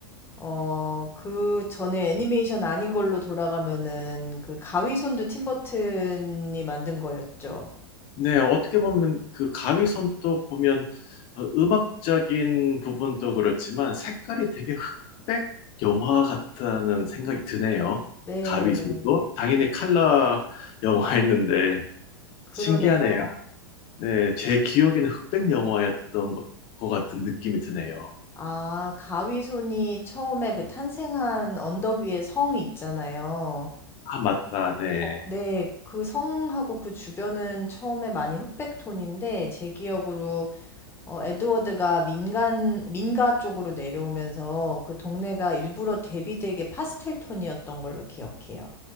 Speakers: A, on the left; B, on the left.
A: 어, 그 전에 애니메이션 아닌 걸로 돌아가면은 그 가위손도 팀버튼이 만든 거였죠.
B: 네, 어떻게 보면 그 가위손도 보면 어, 음악적인 부분도 그렇지만 색깔이 되게 흑백 영화 같다는 생각이 드네요.
A: 네,
B: 가위손도
A: 음.
B: 당연히 컬러 영화였는데
A: 그러네요.
B: 신기하네요. 네, 제 기억에는 흑백 영화였던 것, 것 같은 느낌이 드네요.
A: 아, 가위손이 처음에 그 탄생한 언덕 위에 성 있잖아요.
B: 아, 맞다. 네.
A: 거- 네, 그 성하고 그 주변은 처음에 많이 흑백톤인데 제 기억으로 어, 에드워드가 민간 민가 쪽으로 내려오면서 그 동네가 일부러 대비되게 파스텔 톤이었던 걸로 기억해요.